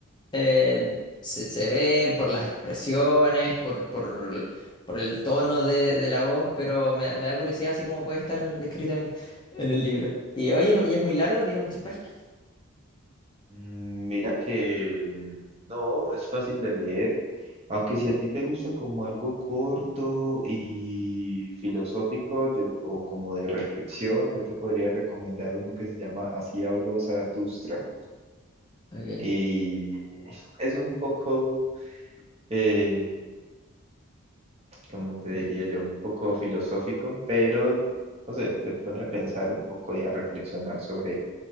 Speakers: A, on the left (about 20°); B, on the right (about 30°).
A: eh, se, se ve por las expresiones, por, por, por el tono de, de la voz, pero me, me da curiosidad así cómo puede estar descrito en, en el libro. Y oye, ¿y es muy largo? ¿Tiene muchas páginas?
B: Mm, Mira que no, es fácil de leer, aunque si a ti te gusta como algo corto y filosófico yo- o como de reflexión, yo te podría recomendar uno que se llama Así habló Zaratustra.
A: Ok.
B: Y <laughs> es un poco, eh, como te diría yo, un poco filosófico, pero no sé, te pone a pensar un poco y a reflexionar sobre